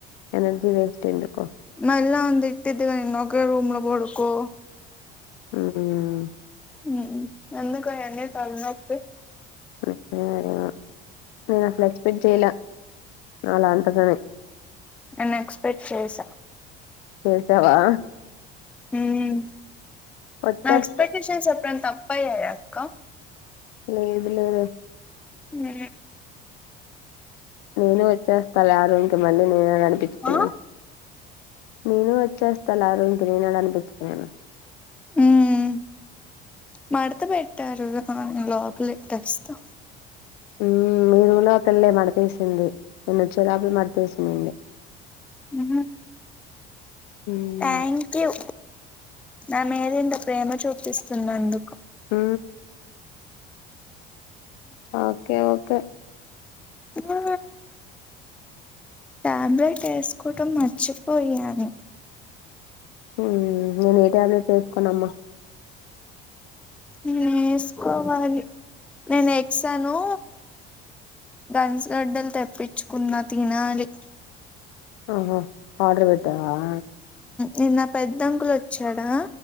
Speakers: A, on the left (about 65°); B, in the centre.
A: ఎనర్జీ వేస్ట్ ఎందుకు
B: మళ్ళా తిట్టిదిగా నిన్ ఒకే రూమ్ లో పోడుకో
A: మ్
B: మ్ ఎందుకు అయన్ని తలనొప్పి
A: వచ్చినారా నేను అసలు ఎక్స్పెక్ట్ చేయల అలా అంటదని
B: నేన్ ఎక్స్పెక్ట్ చేసా
A: చేసావా?
B: మ్
A: వచ్చేస్తా
B: నా ఎక్స్పెక్టేషన్స్ ఎప్పుడన్న తప్పయ్యాయా అక్క
A: లేదు లేవే
B: మ్
A: నేను వచ్చేస్తాలే ఆ రూమ్ కి మళ్ళీ నేనెడ అనిపిచ్చుకునేది
B: ఆ
A: నేను వచ్చేస్తాలే ఆ రూమ్ కి నేనెడ అనిపిచ్చుకునేది
B: మ్ మడత పెట్టారు రా దాన్ని లోపలే కసితో
A: మ్ మీ రూమ్ లో పిల్లే మడతేసింది నేను వచ్చే లోపల మడతేసిన్నింది
B: మ్
A: మ్మ్
B: థ్యాంక్ యూ నా మీద ఇంత ప్రేమ చూపిస్తున్నందు
A: మ్ ఓకె ఓకె
B: ఆ టాబ్లెట్ ఏసుకోవటం మర్చిపోయాను
A: మ్ నేను ఏ ట్యాబ్లెట్ ఏసుకోనమ్మ
B: మ్ ఏసుకోవాలి నేను ఎక్సాను గన్స్ గడ్డలు తెప్పించుకున్నా తినాలి
A: ఆహా ఆర్డర్ పెట్టావా
B: నిన్న ఆ పెద్ద అంకుల్ వచ్చాడా